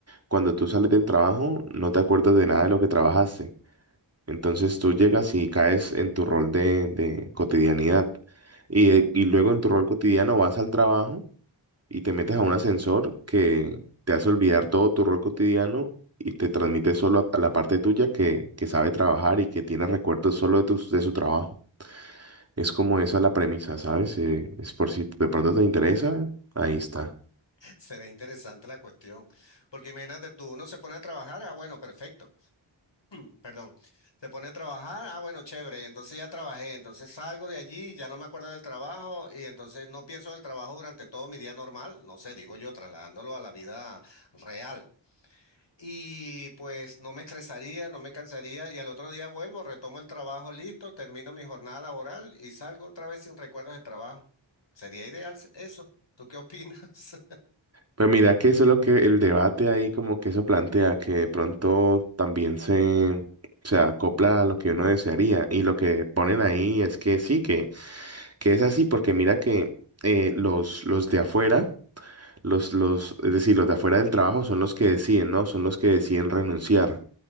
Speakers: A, on the right; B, on the left.
A: cuando tú sales del trabajo no te acuerdas de nada de lo que trabajaste. Entonces tú llegas y caes en tu rol de, de cotidianidad. Y, eh, y luego en tu rol cotidiano vas al trabajo y te metes a un ascensor que te hace olvidar todo tu rol cotidiano y te transmite solo a, la parte tuya que, que sabe trabajar y que tiene recuerdos solo de, tus- de su trabajo. Es como esa la premisa, ¿sabes? Eh, es por si de pronto te interesa, ahí está.
B: <laughs> Se ve interesante la cuestión. Porque imagínate tú, uno se pone a trabajar, ah, bueno, perfecto, perdón. Se pone a trabajar, ah, bueno, chévere, entonces ya trabajé, entonces salgo de allí, ya no me acuerdo del trabajo y entonces no pienso en el trabajo durante todo mi día normal, no sé, digo yo, trasladándolo a la vida real. Y pues no me estresaría, no me cansaría y al otro día vuelvo, retomo el trabajo listo, termino mi jornada laboral y salgo otra vez sin recuerdos de trabajo. Sería ideal s- eso. ¿Tú qué opinas? <laughs>
A: Pues mira que eso es lo que el debate ahí como que eso plantea, que de pronto también se, se acopla a lo que uno desearía. Y lo que ponen ahí es que sí, que, que es así, porque mira que eh, los, los de afuera Los, los, es decir, los de afuera del trabajo son los que deciden, ¿no? Son los que deciden renunciar.